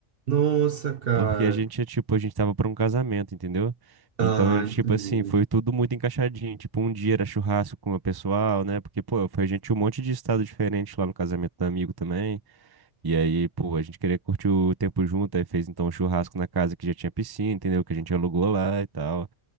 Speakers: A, on the right; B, on the right.
A: Nossa, cara.
B: porque a gente, é, tipo, a gente tava pra um casamento, entendeu?
A: Ah,
B: Então, era
A: entendi.
B: tipo assim, foi tudo muito encaixadinho. Tipo, um dia era churrasco com o pessoal, né? Porque, pô, foi gente de um monte de estado diferente lá no casamento do amigo também. E aí, pô, a gente queria curtir o tempo junto, aí fez então um churrasco na casa que já tinha piscina, entendeu? Que a gente alugou lá e tal.